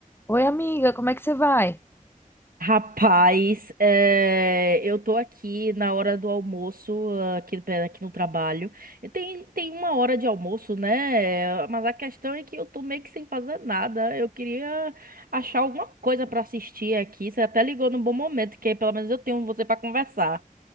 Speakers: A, on the left; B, on the right.
A: Oi, amiga, como é que você vai?
B: Rapaz, eh, eu tô aqui na hora do almoço, ah, aqui, pe- aqui no trabalho. E Tem, tem uma hora de almoço, né? Mas a questão é que eu tô meio que sem fazer nada. Eu queria achar alguma coisa pra assistir aqui. Você até ligou num bom momento, que aí pelo menos eu tenho você pra conversar.